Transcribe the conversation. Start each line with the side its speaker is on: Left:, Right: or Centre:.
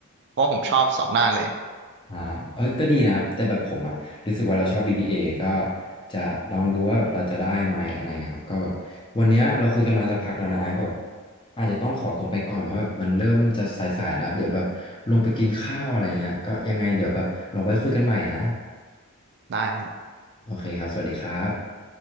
Right: เพราะว่าผมชอบสองด้านเลย
Left: อ่าเออก็ดีนะครับ แต่แบบผมอ่ะรู้สึกว่าเราชอบ BBA ก็จะลองดูว่าเราจะได้ไหมอะไรเงี้ยครับก็แบบวันเนี้ยเราคุยกันมาสักพักแล้วนะแบบอาจจะต้องขอตัวไปก่อนเพราะแบบมันเริ่มจะสายๆแล้ว เดี๋ยวแบบลงไปกินข้าวอะไรเงี้ยก็ยังไงเดี๋ยวแบบเราไว้คุยกันใหม่นะ
Right: ได้
Left: โอเคครับสวัสดีครับ